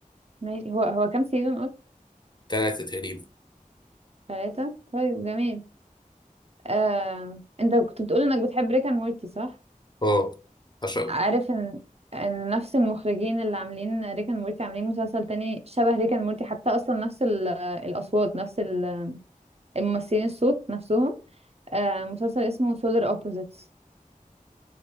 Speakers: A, on the right; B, on the left.
A: ماشي هو هو كام سيزون قلت
B: تلاتة تقريبا
A: ثلاثة طيب جميل آه، انت كنت بتقول انك بتحب ريك اند مورتي صح
B: اه عشان
A: عارف ان ان نفس المخرجين اللي عاملين ريك اند مورتي عاملين مسلسل تاني شبه ريك اند مورتي حتى اصلا نفس ال- الاصوات نفس ال- الممثلين الصوت نفسهم آه، مسلسل اسمه سولار اوبوزيتس